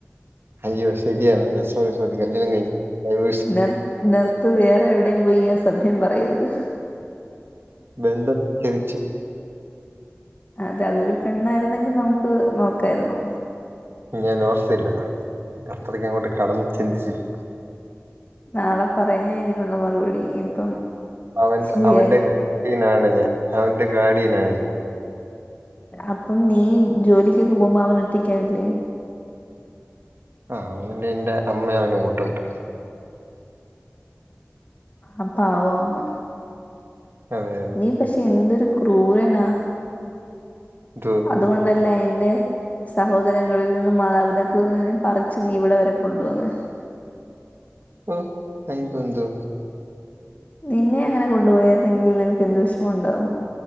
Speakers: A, on the right; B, on the left.
A: അയ്യോ ശെരി ആണല്ലോ സോറി സോറി കല്യാണം കയിഞ്ഞ് ഡൈവോയ്സ്സ്‌
B: നിർ നിർത്ത് വേറെ എവിടെയും പോയി ഈ അസഭ്യം പറയരുത്
A: ബന്ധം <unintelligible>
B: അതെ അതൊരു പെണ്ണായിരുന്നെങ്കി നമുക്ക് നോക്കായിരുന്നു
A: യ്യ ഞാൻ ഓർത്തില്ല അത്രക്ക് അങ്ങോട്ട് കടന്ന് ചിന്തിച്ചില്ല
B: നാളെ പറയാം ഇതിനുള്ള മറുപടി ഇപ്പം
A: അവൻ
B: ശരിയായി
A: അവന്റെ ഗഡിനാണ് ഞാൻ അവന്റെ ഗാഡിയനാണ് ഞാ
B: അപ്പം നീ ജോലിക്കൊക്കെ പോകുമ്പോ അവൻ ഒറ്റക്കാവില്ലേ
A: ആഹ് <unintelligible> അമ്മ അവന് കൂട്ടുണ്ട്
B: ആപാവം അമ്മ
A: അതെ അതെ
B: നീ പക്ഷെ എന്തൊരു ക്രൂരനാ
A: <unintelligible>
B: അതുകൊണ്ടല്ലേ അയ്ന്റെ സഹോദരങ്ങളിൽ നിന്നും, മാതാപിതാക്കളിൽ നിന്നും, പറിച്ച് നീ ഇവടെ വരെ കൊണ്ട് വന്നേ
A: ഓ അയ്ന് ഇപ്പൊ എന്തോ?
B: നിന്നെ അങ്ങനെ കൊണ്ടു പോയായിരുന്നെങ്കിൽ നിനക്ക് എന്തു വെഷമം ഉണ്ടാവും